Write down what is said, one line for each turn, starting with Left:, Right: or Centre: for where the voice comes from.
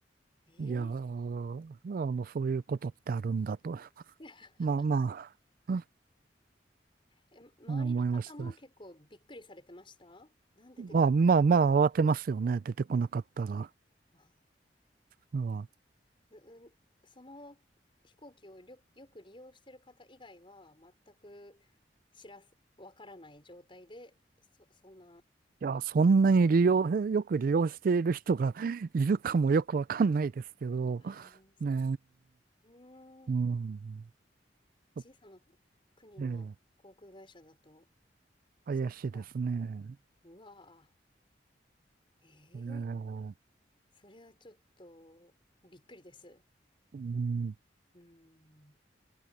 Left: ええ
Right: え。いやー、あの、そういうことってあるんだと。
Left: <laughs>
Right: まあまあ、<laughs>
Left: え周りの方も結構びっくりされてましたなんで出てこない
Right: うん思いました。まあまあまあ、慌てますよね。出てこなかったら。
Left: あ、
Right: うん
Left: <laughs> う、うんその飛行機をりょよく利用してる方以外は、全く知らす、わからない状態で、そ、そんな
Right: いや、そんなに利用、
Left: 風に。
Right: よく利用している人が <laughs> いるかもよくわかんないですけど、
Left: ああ、そう。
Right: ねえ。
Left: うーん。
Right: うん。
Left: 小さな
Right: ちょっと
Left: 国の航空会社だと、
Right: ええ、怪しいですね。
Left: そうか。うわぁ。ええ
Right: ええ、う
Left: それはちょっとびっくりです。
Right: ん、
Left: うん。